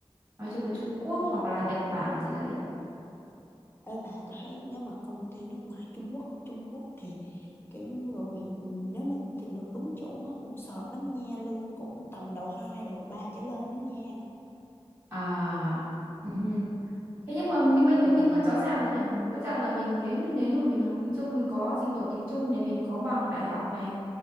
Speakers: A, on the right; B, on the left.
A: nói chung là Trung Quốc
B: tôi
A: hoặc
B: hả?
A: là Nhật Bản gì đấy
B: Ê bà, tôi thấy nếu mà công ty nước ngoài Trung Quốc, Trung Quốc thì kiểu người ừ, nếu mà tìm được đúng chỗ á, cũng sợp lắm nha, lương cũng tầm đầu 2 đầu 3 trở lên đó nha.
A: à Ừhư. Thế nhưng mà nhưng mà
B: Hoặc
A: nhưng
B: là
A: mà rõ ràng là nhá,
B: ừ,
A: rõ ràng là mình nếu như nếu như mà mình học tiếng Trung, mình có trình độ tiếng Trung này, mình có bằng đại học này,